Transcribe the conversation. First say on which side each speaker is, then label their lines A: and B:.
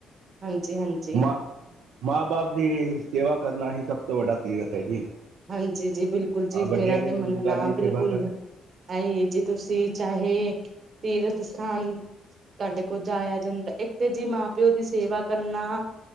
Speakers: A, on the right (about 50°); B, on the right (about 80°).
A: ਹਾਂਜੀ, ਹਾਂਜੀ।
B: ਮਾਂ ਮਾਂ ਬਾਪ ਦੀ ਸੇਵਾ ਕਰਨਾ ਹੀ ਸਭ ਤੋਂ ਵੱਡਾ ਤੀਰਥ ਐ ਜੀ।
A: ਹਾਂਜੀ ਜੀ ਬਿਲਕੁਲ ਜੀ,
B: ਵੱਡਿਆਂ
A: ਮੇਰਾ
B: ਦੀ
A: ਤੇ
B: ਬਜ਼ੁਰਗਾਂ
A: ਮੰਨਣਾ
B: ਦੀ
A: ਬਿਲਕੁਲ।
B: ਸੇਵਾ ਕਰਨਾ
A: ਆਈ ਜੇ ਤੁਸੀਂ ਚਾਹੇ ਤੀਰਥ ਸਥਾਨ ਤਾਡੇ ਕੋਲ ਜਾਇਆ ਜਾਂਦਾ ਇੱਕ ਤੇ ਜੀ ਮਾਂ ਪਿਓ ਦੀ ਸੇਵਾ ਕਰਨਾ